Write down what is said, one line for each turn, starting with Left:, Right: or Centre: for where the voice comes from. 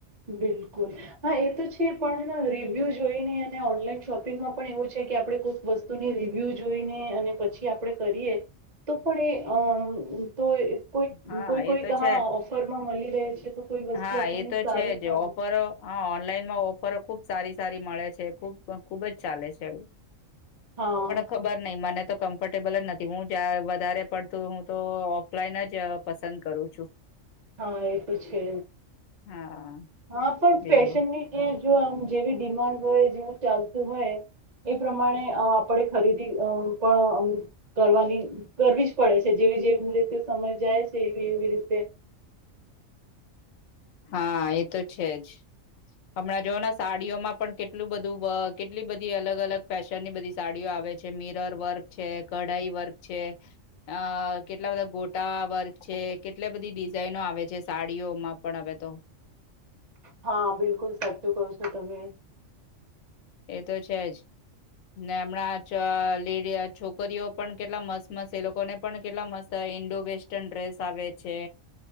Right: બિલકુલ હા એ તો છે પણ રિવ્યૂ જોઈને અને ઓનલાઈન શોપિંગમાં પણ એવું છે કે આપડે કોઈક વસ્તુની રિવ્યૂ જોઈને અને પછી આપડે કરીએ તો પણ એ અ તો કોઈક
Left: હા
Right: કોઈ કોઈ
Left: એ તો
Right: ક હ
Left: છે
Right: ઓફરમાં મળી રહે છે તો કોઈ વસ્તુ
Left: હા
Right: આપણને
Left: એ તો
Right: સારી
Left: છે જે
Right: પણ
Left: ઓફરો હા ઓનલાઈનમાં ઓ પર ખુબ સારી સારી મળે છે, ખૂબ ખુબ જ ચાલે છે આવું.
Right: હા
Left: ખબર નહી મને તો કમ ટેબલ જ નથી, હું જ્યાં વધારે પ ડતું હું તો ઓફલાઈન જ પસંદ કરું છું.
Right: હા, એ તો છે.
Left: હા.
Right: હા પણ ફશનની
Left: બીજું
Right: જે જો આમ જેવી ડિમાન્ડ હોય, જેવું ચાલતું હોય, એ પ્રમાણે અ, આપણે ખરીદી અ, પણ, અ, કરવાની, કરવી જ પડે છે, જેવી જેવી રીતે સમય જાય છે, એવી એવી રીતે
Left: હા, એ તો છે જ. હમણાં જોઓ ના, સાડીઓમાં પણ કેટલું બધું, કેટલી બધી અલગ અલગ ફેશનની બધી સાડીઓ આવે છે, મિરર વર્ક છે, કઢાઈ વર્ક છે, અ કેટલા બધા, ગોટા વર્ક છે, કેટલી બધી ડિઝાાઈનો આવે છે સાડીઓમાં પણ હવે તો
Right: હા, બિલકુલ સાચું કહો છો તમે
Left: એ તો છે જ. ને હમણાં લેડી, છોકરીઓ પણ કેટલા મસ્ત મસ્ત, એ લોકોને પણ કેટલા મસ્ત ઈન્ડો વેસ્ટર્ન ડ્રેસ આવે છે.